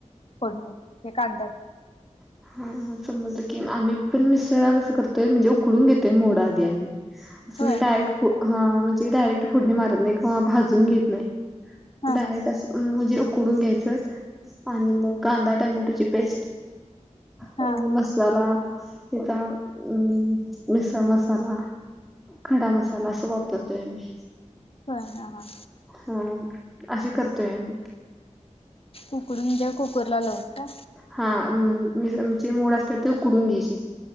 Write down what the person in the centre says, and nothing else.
हां, हो समजलं की आम्ही पण मिसळला कंसं करतोय म्हणजे उकडून घेतोय मोडं आधी आम्ही असं
म्हणजे डायरेक्ट ह म्हणजे डायरेक्ट फोडणी मारत नाही किंवा भाजून घेत नाही.
डायरेक्ट
अस म्हणजे उकडून घ्यायचं आणि मग कांदा टॅमॅटोची पेस्ट
अ, मसाला तिचा म मिसळ मसाला खडा मसाला असं वापरतोय आम्ही
ह अशी करतोय आम्ही
हा म्हजे जे मोड असतात ते उकडून घ्यायचे